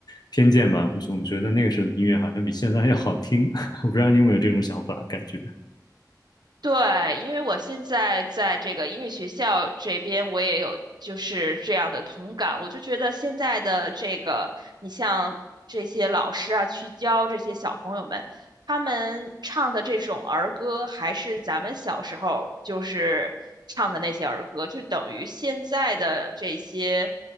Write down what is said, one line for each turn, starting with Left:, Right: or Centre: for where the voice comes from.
Left: 偏见吧，我总觉得那个时候的音乐好像比现在要好听，<laughs> 我不知道你有没有这种想法感觉？
Right: 对，因为我现在在这个音乐学校这边，我也有就是这样的同感。我就觉得现在的这个，你像这些老师啊，去教这些小朋友们，他们唱的这种儿歌，还是咱们小时候就是唱的那些儿歌，就等于现在的这些